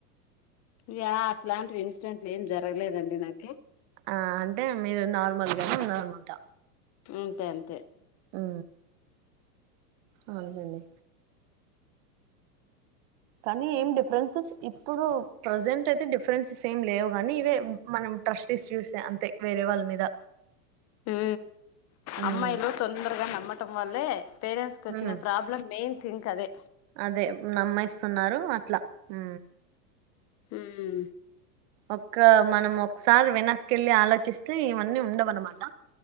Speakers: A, on the left; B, on the right.
A: ఇ అట్లాంటి ఇన్స్డెంట్లు ఏం జరగలేదండి నాకి
B: ఆ అంటే మీరు నార్మల్గానే ఉన్నారన్నమాట
A: అంతే అంతే
B: హు అవునండి కానీ ఏం డిఫరెన్సెస్ ఇప్పుడు ప్రజెంట్ అయితే డిఫరెన్సెస్ ఏం లేవు కానీ ఇవే మనం ట్రస్ట్ ఇషూసే అంతే వేరే వాళ్ళ మీద
A: హు
B: ఉమ్
A: అమ్మాయిలు తొందరగా నమ్ నమ్మటం వల్లనే పేరెంట్స్ కు వచ్చిన
B: ఉమ్
A: ప్రాబ్లం మెయిన్ ఇంకా అదే
B: అదే నమ్మయిస్తున్నారు అట్లా హు
A: ఉహ్మ్
B: ఒక్క మనం ఒకసారి వెనక్కిళ్ళి ఆలోచిస్తే ఇవన్నీ ఉండవ అనమాట